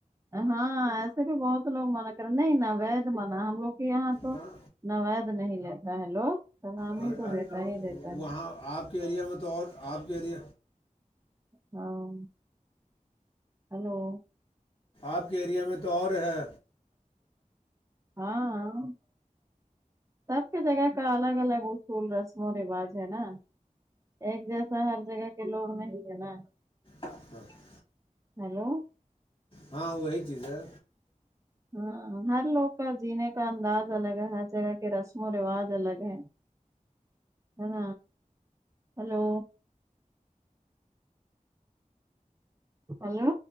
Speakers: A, on the right (about 20°); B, on the left (about 35°).
A: ہاں ایسے بھی بہت لوگ منع کریں نہیں نہ وید مان ہم لوگ کے یہاں تو
B: ہاں
A: نوید نہیں لیتا ہے لوگ سلام
B: ہاں
A: ہی تو دیتا ہی دیتا
B: وہاں
A: ہے
B: آپ کے ایریا میں تو اور آپ کے ایرے
A: ہاں ہلو
B: آپ کے ایریا میں تو اور ہے
A: ہاں سب کی جگہ کا الگ الگ اصول رسم و رواج ہے نا ایک جیسا ہر جگہ کے لوگ نہیں ہے نا
B: <unintelligible>
A: ہیلو
B: ہاں وہی چیز ہے
A: ہاں ہر لوگ کا جینے کا انداز الگ ہے ہر جگہ کے رسم و رواج الگ ہے
B: <unintelligible>
A: ہ ن ہلو ہیلو